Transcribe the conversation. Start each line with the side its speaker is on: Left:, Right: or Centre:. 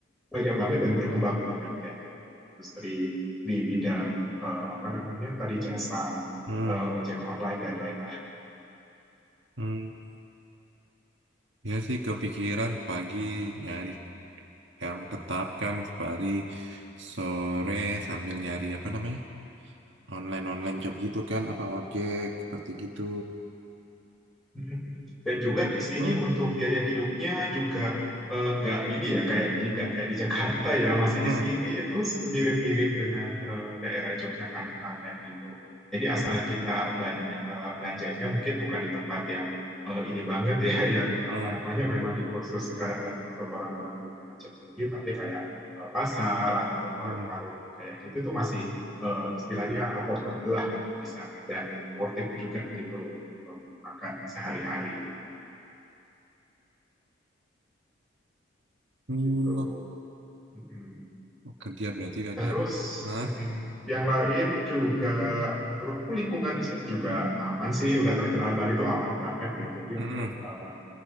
Centre: banyak banget dan berkembang banget kayak gitu industri di bidang eh, apa namanya tadi jasa
Right: hmm,
Centre: eh, ojek online dan lain-lain
Right: hmm. Ya sih kepikiran pagi nyari yang tetap kan pari sore sambil nyari apa namanya online online job gitu kan apa ojek seperti gitu.
Centre: <laughs> Dan juga di sini
Right: Hmm,
Centre: untuk biaya hidupnya juga eh, nggak ini ya kayak di
Right: hmm,
Centre: nggak kayak di Jakarta ya masih
Right: hmm,
Centre: di sini itu mirip-mirip dengan eh, daerah Yogyakarta kayak gitu. Jadi asal kita banyak eh, belanjanya mungkin bukan di tempat yang eh, ini banget ya <laughs> yang apa
Right: hmm,
Centre: namanya memang dikhususkan untuk orang-orang dengan budget tinggi tapi kayak eh, pasar ataupun warung-warung
Right: hmm.
Centre: kayak gitu tuh masih eh, istilahnya affordable lah untuk bisa dan worth it juga gitu makan sehari-hari
Right: Hmm,
Centre: gitu. Mm-mm.
Right: Kerja berarti ada.
Centre: Terus
Right: Hah?
Centre: mm-mm. yang lain juga menurutku lingkungan di sini juga aman sih. Udah terkenal Bali itu aman banget ya. Jadi
Right: Hmm,
Centre: untuk
Right: hmm.
Centre: eh,